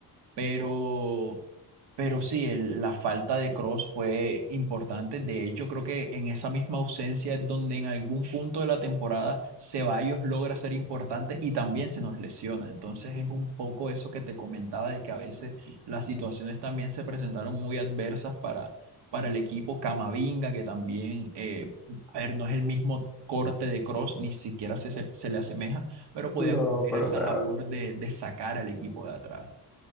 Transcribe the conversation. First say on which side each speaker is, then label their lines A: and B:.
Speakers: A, on the right; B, in the centre.
A: Pero, pero sí, el- la falta de Cross fue importante. De hecho, creo que en esa misma ausencia es donde en algún punto de la temporada Ceballos logra ser importante y también se nos lesiona. Entonces es un poco eso que te comentaba de que a veces las situaciones también se presentaron muy adversas para, para el equipo Camavinga, que también, eh, a ver, no es el mismo corte de Cross, ni siquiera se, se, se le asemeja, pero podía
B: no,
A: cumplir
B: para
A: esa
B: nada.
A: labor de, de sacar al equipo de atrás.